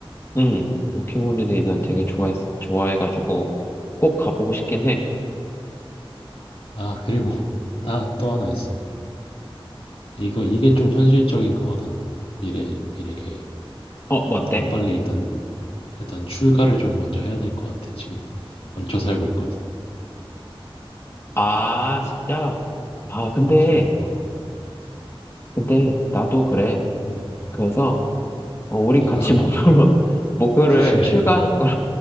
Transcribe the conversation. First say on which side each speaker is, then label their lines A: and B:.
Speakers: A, on the left; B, on the left.
A: 응, 워킹 홀리데이 난 되게 좋아했, 좋아해가지고 꼭 가보고 싶긴 해.
B: 아 그리고 <laughs> 나 또 하나 있어. 이거 이게 좀 현실적인 거다. 미래 미래 계획.
A: 어, 뭔데?
B: 난 빨리 일단 일단 출가를 좀 먼저 해야 될 것 같아. 지금 얹혀 살고 있거든.
A: 아, 진짜?
B: 어,
A: 아, 근데,
B: 지금 어.
A: 근데 나도 그래.
B: 음.
A: 그래서 어, 우리
B: 근데
A: 같이
B: 어,
A: <laughs> 목표로, 목표를
B: <laughs> 그래
A: 출가하는 걸로.